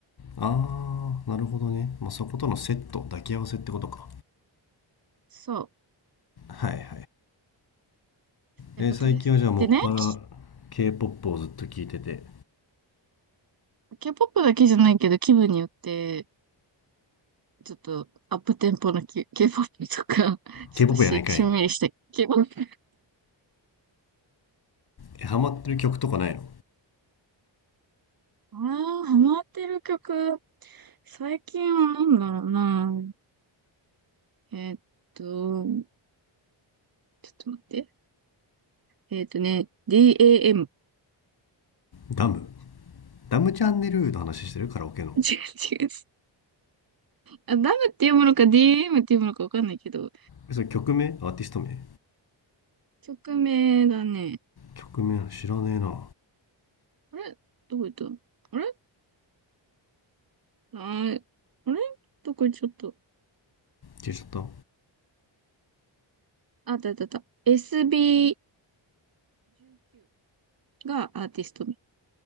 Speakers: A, on the left; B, on the right.
A: ああなるほどね、まあ、そことのセット抱き合わせってことか
B: そう、
A: はいはいはい、
B: ということです。
A: えー最近はじゃあもっぱら
B: でね、き
A: k p o p をずっと聴いてて
B: K-POP だけじゃないけど気分によってちょっとアップテンポの K- K-POP とか、<laughs> ちょっとし、
A: k p o p やないかい
B: しんみりした K-POP。
A: えハマってる曲とかないの
B: ああ、ハマってる曲。最近は何だろうな。えーっと、ちょっと待って。えーっとね、DAM。<laughs> 違う
A: ダムダムチャンネルの話してるカラオケの
B: 違う。あ、ダムっていうものか DAM っていうものかわかんないけど、
A: えそれ曲名アーティスト名
B: 曲名だね。
A: 曲名知らねえな
B: あれどこ行ったあれあーあれどこ行っちゃったあ、
A: 消えちゃっ
B: あったあったあった。SB19 がアーティスト